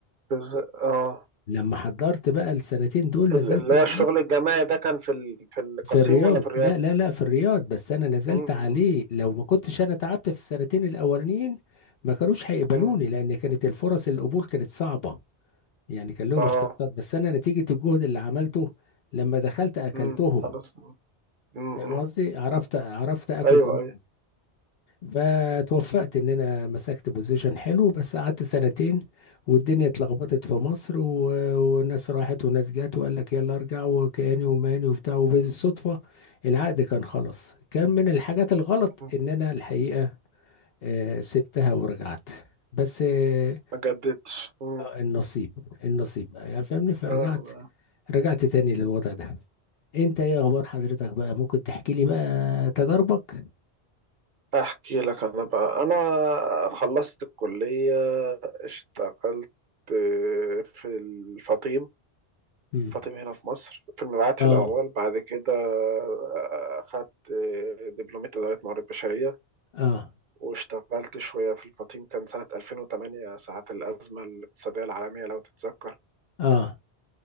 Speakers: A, on the right; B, on the left.
A: بز... اه
B: لما حضرت بقى السنتين دول
A: ال-
B: نزلت
A: اللي
B: الرياض
A: هو الشغل الجماعي ده كان في ال... في القصيم
B: في الرياض
A: ولا في الرياض
B: لا لا لا في الرياض بس انا نزلت
A: مم،
B: عليه لو ما كنتش انا تعبت في السنتين الاولانيين ما كانوش هيقبلوني
A: مم،
B: لان كانت الفرص القبول كانت صعبة يعني كان لهم
A: اه
B: اشتراطات بس انا نتيجة الجهد اللي عملته لما دخلت اكلتهم
A: مم، خلاص مم،
B: فاهم
A: مم.
B: قصدي عرفت عرفت اكل
A: ايوه
B: دماغ
A: ايوه
B: فتوفقت ان انا مسكت بوزيشن حلو بس قعدت سنتين والدنيا اتلخبطت في مصر و... وناس راحت وناس جت وقال لك يلا ارجع وكياني وماني وبتاع وبالصدفة العقد كان خلص كان من الحاجات الغلط
A: مم،
B: ان انا الحقيقة آه، سبتها ورجعت بس آه،
A: ما جددتش مم.
B: النصيب النصيب بقى، يعني فاهمني فرجعت
A: اه
B: رجعت تاني للوضع ده انت ايه اخبار حضرتك بقى ممكن تحكي لي بقى تجاربك
A: احكي لك انا بقى انا خلصت الكلية اشتغلت آه، في الفطيم
B: مم.
A: فاطم هنا في مصر في المبيعات
B: اه
A: في الاول بعد كده آه، اخدت آه، دبلومية ادارة موارد بشرية
B: اه
A: واشتغلت شوية في الفطيم كان سنة 2008 ساعة الازمة الاقتصادية العالمية لو تتذكر
B: اه